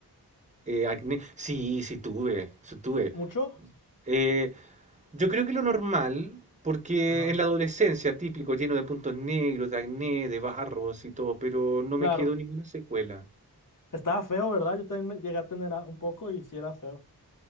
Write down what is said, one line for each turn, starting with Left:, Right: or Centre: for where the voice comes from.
Right: Eh, acné, sí, sí tuve, sí tuve.
Left: ¿Mucho?
Right: Eh, yo creo que lo normal, porque
Left: Ajá.
Right: en la adolescencia típico, lleno de puntos negros, de acné, de barros y todo, pero no
Left: Claro.
Right: me quedó ninguna secuela.
Left: Estaba feo, ¿verdad? Yo también me llegué a tener a- un poco y sí era feo.